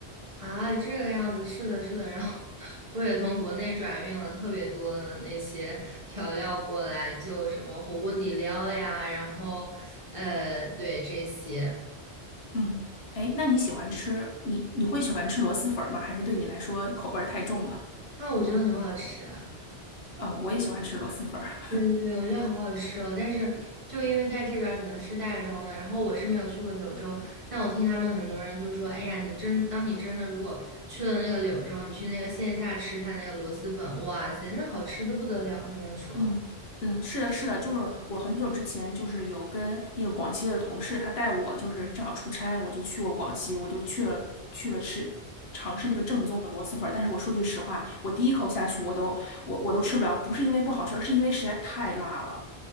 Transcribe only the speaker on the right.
啊，这个样子，是的，是的。然后 <laughs> 我也从国内转运了特别多的那些调料过来，就什么火锅底料呀，然后呃，对这些，
啊，我觉得很好吃。
对对对，我觉得好好吃哦，但是就因为在这边儿只能吃袋装的，然后我是没有去过柳州，但我听他们很多人就说，哎呀，你真当你真的如果去了那个柳州，你去那个线下吃他那个螺蛳粉，哇塞，那好吃的不得了，他们说